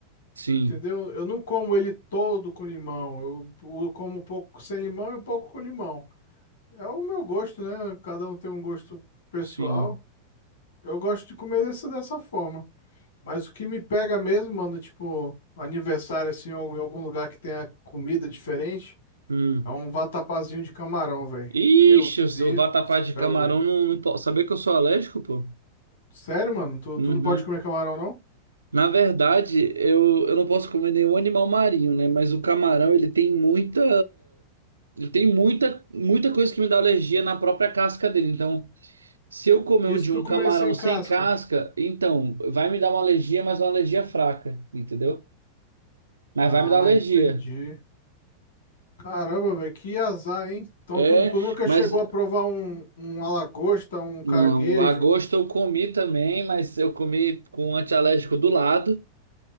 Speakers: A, on the right; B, on the left.
A: Sim,
B: entendeu? Eu não como ele todo com limão. Eu, eu como um pouco sem limão e um pouco com limão. É o meu gosto, né? Cada um tem um gosto pessoal.
A: sim.
B: Eu gosto de comer dessa, dessa forma. Mas o que me pega mesmo, mano, tipo, aniversário assim, ou em algum lugar que tenha comida diferente,
A: Hum.
B: é um vatapazinho de camarão, velho.
A: Ixi,
B: Meu
A: eu sou
B: Deus
A: vatapá
B: do
A: de
B: céu,
A: camarão,
B: velho.
A: não, não posso. Saber que eu sou alérgico, pô?
B: Sério, mano? Tu,
A: Uhum.
B: tu não pode comer camarão, não?
A: Na verdade, eu, eu não posso comer nenhum animal marinho, né? Mas o camarão, ele tem muita. Ele tem muita, muita coisa que me dá alergia na própria casca dele. Então, se eu comer
B: Isso
A: um de
B: tu
A: um
B: comer
A: camarão
B: sem
A: sem
B: casca?
A: casca, então, vai me dar uma alergia, mas uma alergia fraca, entendeu? Mas
B: Ah,
A: vai me dar alergia.
B: entendi. Caramba, velho, que azar, hein? Então
A: É,
B: tu, tu nunca
A: mas.
B: chegou a provar um, um lagosta, um caranguejo?
A: Não, lagosta eu comi também, mas eu comi com um antialérgico do lado.